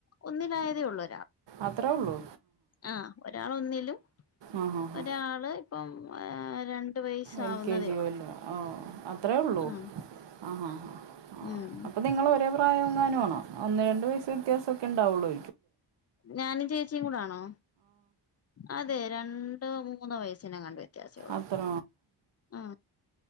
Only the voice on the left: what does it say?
ഒന്നിൽ ആയതേയുള്ളു
ആഹ് ഒരാള് ഒന്നിലും
ഒരാള് ഇപ്പം രണ്ട്- വയസ്സാവുന്നതേ
ഉള്ളൂ
ആഹ്
ഉം
ഞാനും ചേച്ചിയും കൂടാണോ അതെ രണ്ടോ മൂന്നോ വയസ്സിനു എങ്ങാണ്ട് വെച്ച് വ്യത്യാസേ ഒള്ളു
ആ